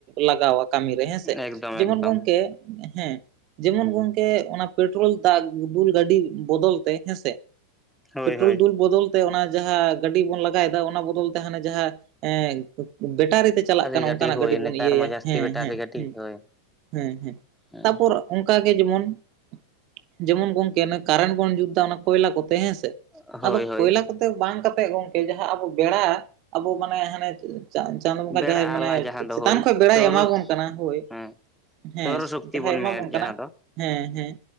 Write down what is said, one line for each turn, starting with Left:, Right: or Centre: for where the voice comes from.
Right: ᱞᱟᱜᱟᱣᱟ ᱠᱟᱹᱢᱤ ᱨᱮ ᱦᱮᱸᱥᱮ᱾
Centre: ᱮᱠᱫᱚᱢ
Right: ᱡᱮᱢᱚᱱ
Centre: ᱮᱠᱫᱚᱢ
Right: ᱜᱚᱝᱠᱮ ᱦᱮᱸ, ᱡᱮᱢᱚᱱ
Centre: ᱦᱩᱸ
Right: ᱜᱚᱝᱠᱮ ᱚᱱᱟ ᱯᱮᱴᱨᱳᱞ ᱫᱟᱜ ᱫᱩᱞ ᱜᱟᱰᱤ ᱵᱚᱫᱚᱞ ᱛᱮ ᱦᱮᱸ ᱥᱮ
Centre: ᱦᱳᱭ
Right: ᱯᱮᱴᱨᱳᱞ
Centre: ᱦᱳᱭ
Right: ᱫᱩᱞ ᱵᱚᱫᱚᱞ ᱛᱚ, ᱚᱱᱟ ᱡᱟᱦᱟᱸ ᱜᱟᱹᱰᱤ ᱵᱚᱱ ᱞᱟᱜᱟᱭᱫᱟ ᱚᱱᱟ ᱵᱚᱫᱚᱞᱛᱮ ᱦᱟᱱᱮ ᱡᱟᱦᱟᱸ ᱮᱸᱻ <unintelligible> ᱵᱮᱴᱟᱨᱤ ᱛᱮ ᱪᱟᱞᱟᱜ ᱠᱟᱱᱟ
Centre: ᱜᱟᱹᱰᱤ
Right: ᱚᱝᱠᱟᱱᱟᱜ
Centre: ᱦᱳᱭ
Right: ᱜᱟᱰᱤ ᱵᱚᱱ
Centre: ᱱᱮᱛᱟᱨ
Right: ᱤᱭᱟᱹᱭᱟ
Centre: ᱢᱟ ᱡᱟᱹᱥᱛᱤ
Right: ᱦᱮᱸ
Centre: ᱵᱮᱴᱟᱨᱤ
Right: ᱦᱮᱸ
Centre: ᱜᱟᱹᱰᱤ
Right: ᱦᱩᱸ,
Centre: ᱦᱳᱭ
Right: ᱦᱩᱸ ᱦᱩᱸ
Centre: ᱦᱮᱸ
Right: ᱛᱟᱯᱚᱨ ᱚᱝᱠᱟ ᱜᱮ ᱡᱮᱢᱚᱱ, ᱡᱮᱢᱚᱱ ᱜᱚᱝᱠᱮ ᱚᱱᱮ ᱠᱟᱨᱮᱱ ᱵᱚᱱ ᱡᱩᱛᱫᱟ ᱚᱱᱟ ᱠᱚᱭᱞᱟ ᱠᱚᱛᱮ ᱦᱮᱸ ᱥᱮ᱾
Centre: ᱦᱳᱭ
Right: ᱟᱫᱚ
Centre: ᱦᱳᱭ
Right: ᱠᱚᱭᱞᱟ ᱠᱚᱛᱮ ᱵᱟᱝ ᱠᱟᱛᱮᱫ ᱜᱚᱢᱠᱮ ᱡᱟᱦᱟᱸ ᱟᱵᱚ ᱵᱮᱲᱟ ᱟᱵᱚ ᱢᱟᱱᱮ ᱦᱟᱱᱮ ᱪᱟᱸ, ᱪᱟᱸ, ᱪᱟᱸᱫᱚ ᱵᱚᱸᱜᱟ
Centre: ᱵᱮᱲᱟ
Right: ᱡᱟᱦᱟᱸᱭ ᱢᱟᱱᱮ
Centre: ᱟᱦᱞᱟ ᱡᱟᱦᱟᱸ ᱫᱚ
Right: ᱪᱮᱛᱟᱱ
Centre: ᱦᱳᱭ
Right: ᱠᱷᱚᱡ ᱵᱮᱲᱟᱭ
Centre: ᱥᱳᱨᱚ
Right: ᱮᱢᱟ ᱵᱚᱱ ᱠᱟᱱᱟ ᱦᱳᱭ,
Centre: ᱦᱮᱸ
Right: ᱦᱮᱸ
Centre: ᱥᱳᱨᱚ ᱥᱚᱠᱛᱤ
Right: ᱡᱟᱦᱟᱸᱭ
Centre: ᱵᱚᱱ
Right: ᱮᱢᱟᱵᱚᱱ
Centre: ᱢᱮᱱ ᱡᱟᱦᱟᱸ
Right: ᱠᱟᱱᱟ
Centre: ᱫᱚ
Right: ᱦᱮᱸ ᱦᱮᱸ